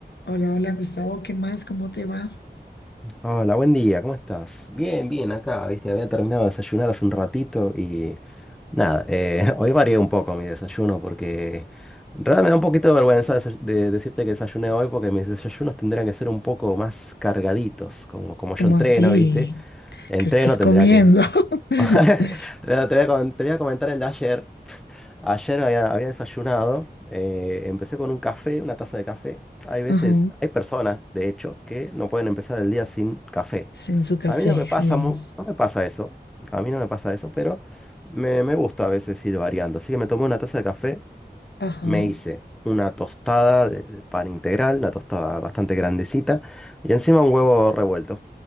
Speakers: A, on the left; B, in the centre.
A: Hola, hola Gustavo, ¿qué más? ¿Cómo te va?
B: Hola, buen día, ¿cómo estás? Bien, bien, acá, viste, había terminado de desayunar hace un ratito y nada, eh, <laughs> hoy varié un poco mi desayuno porque en realidad me da un poquito de vergüenza desa- de, decirte que desayuné hoy porque mis desayunos tendrían que ser un poco más cargaditos, como, como yo
A: ¿Cómo
B: entreno,
A: así?
B: viste, entreno
A: ¿Qué estás
B: tendría
A: comiendo?
B: que...
A: <laughs>
B: <laughs> Te voy a, te voy a com- te voy a comentar el de ayer. Ayer había, había desayunado, eh, empecé con un café, una taza de café. Hay veces,
A: Ajá,
B: hay personas, de hecho, que no pueden empezar el día sin café.
A: sin su café,
B: A mí no me pasa,
A: sí.
B: mu- no me pasa eso, a mí no me pasa eso, pero me, me gusta a veces ir variando. Así que me tomé una taza de café,
A: Ajá,
B: me hice una tostada de, de pan integral, una tostada bastante grandecita, y encima un huevo revuelto.